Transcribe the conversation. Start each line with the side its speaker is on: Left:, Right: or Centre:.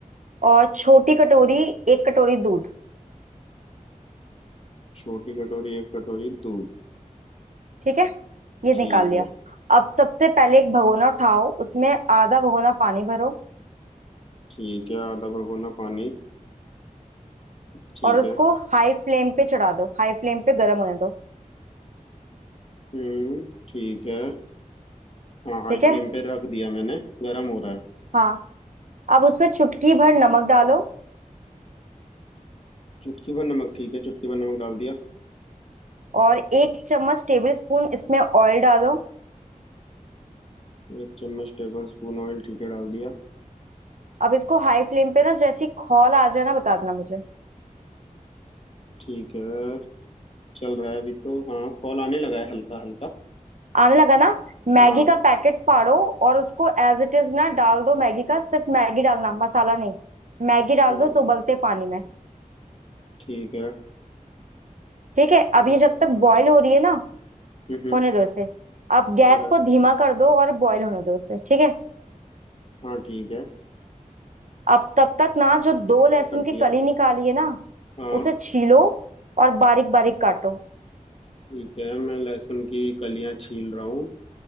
Right: और छोटी कटोरी एक कटोरी दूध
Left: छोटी कटोरी एक कटोरी दूध
Right: ठीक है ये
Left: ठीक
Right: निकाल लिया
Left: है
Right: अब सबसे पहले एक भगोना उठाओ उसमें आधा भगोना पानी भरो
Left: ठीक है आधा भगोना पानी ठीक
Right: और उसको
Left: है
Right: हाई फ्लेम पे चढ़ा दो हाई फ्लेम पे गर्म होने दो
Left: हम्म ठीक है हाँ हाई
Right: ठीक है
Left: फ्लेम पे रख दिया मैंने गरम हो रहा है
Right: हाँ अब उसमें चुटकी भर नमक डालो
Left: चुटकी भर नमक ठीक है चुटकी भर नमक डाल दिया
Right: और एक चम्मच टेबल स्पून इसमें ऑयल डालो
Left: एक चम्मच टेबल स्पून ऑयल ठीक है डाल दिया
Right: अब इसको हाई फ्लेम पे ना जैसी खौल आ जाए ना बता देना मुझे
Left: ठीक है चल रहा है अभी तो हाँ कॉल आने लगा है हल्का हल्का
Right: आने लगा ना मैगी
Left: हाँ
Right: का पैकेट फाड़ो और उसको एज इट इज ना डाल दो मैगी का सिर्फ मैगी डालना मसाला नहीं मैगी
Left: ठीक
Right: डाल दो इस उबलते पानी में
Left: ठीक है
Right: ठीक है अब
Left: हाँ,
Right: ये जब तक
Left: डाल
Right: बॉईल
Left: दी
Right: हो रही है ना
Left: हम्म हम्म,
Right: होने दो इसे अब गैस
Left: हो रहा है
Right: को धीमा कर दो और बॉईल होने दो इसे ठीक है
Left: हाँ ठीक है
Right: अब तब तक ना जो दो लहसुन
Left: मैं कर
Right: की
Left: दिया
Right: कली निकाली है ना
Left: हाँ
Right: उसे छीलो और बारीक बारीक काटो
Left: ठीक है मैं लहसुन की कलियां छील रहा हूँ